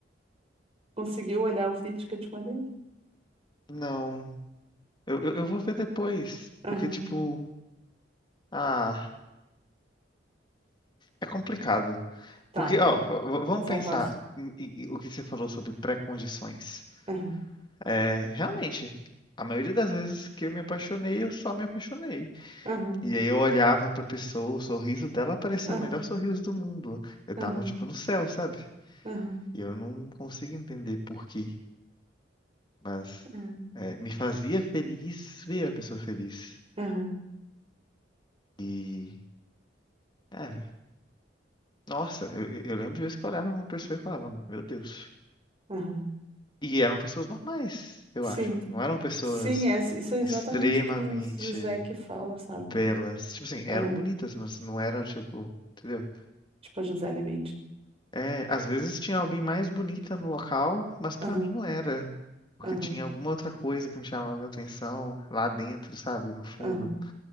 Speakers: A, on the right; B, on the left.
A: Conseguiu olhar o vídeo que eu te mandei?
B: Não. Eu, eu, eu vou ver depois.
A: Aham,
B: Porque, tipo, ah, é complicado.
A: Tá,
B: Porque, ó,
A: vai,
B: v- v- vamos
A: desabafa.
B: pensar em- em- em o que você falou sobre pré-condições.
A: Aham,
B: É, realmente, a maioria das vezes que eu me apaixonei, eu só me apaixonei.
A: aham,
B: E aí eu olhava pra pessoa, o sorriso dela parecia
A: aham.
B: o melhor sorriso do mundo. Eu
A: Aham,
B: tava, tipo, no céu, sabe?
A: aham,
B: E eu não consigo entender por quê, mas
A: aham,
B: é, me fazia feliz ver a pessoa feliz.
A: aham,
B: E, é, nossa, eu, eu eu lembro de vezes que eu olhava pra uma pessoa e falava, meu Deus.
A: aham.
B: E eram pessoas normais, eu
A: Sim,
B: acho. Não eram pessoas
A: sim, é, isso é exatamente
B: extremamente
A: o que o Zizek fala, sabe?
B: belas. Tipo assim, eram
A: Aham,
B: bonitas, mas não eram tipo, entendeu?
A: Tipo a Gisele Bündchen.
B: É, às vezes tinha alguém mais bonita no local, mas pra
A: Aham,
B: mim não era. Porque
A: aham,
B: tinha alguma outra coisa que me chamava a atenção lá dentro, sabe? No fundo.
A: aham,